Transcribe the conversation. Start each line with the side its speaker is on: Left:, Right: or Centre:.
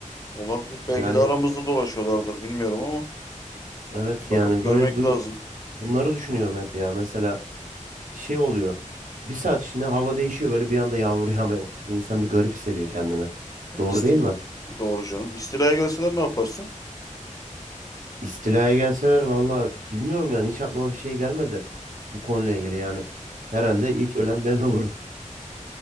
Left: Olabilir. Belki
Right: Yani
Left: de aramızda dolaşıyorlardır bilmiyorum ama
Right: evet
Left: bakıp
Right: yani
Left: görmek
Right: böyle bu
Left: lazım.
Right: bunları düşünüyorum hep ya. Mesela şey oluyor. Bir saat içinde hava değişiyor böyle bir anda yağmur <laughs> yağmaya başlıyor. İnsan bir garip hissediyor kendini. Doğru
Left: İstila
Right: değil mi?
Left: doğru canım. İstilaya gelseler ne yaparsın?
Right: İstilaya gelseler valla bilmiyorum yani hiç aklıma bir şey gelmedi bu konuyla ilgili yani. Herhalde ilk ölen ben <laughs> olurum.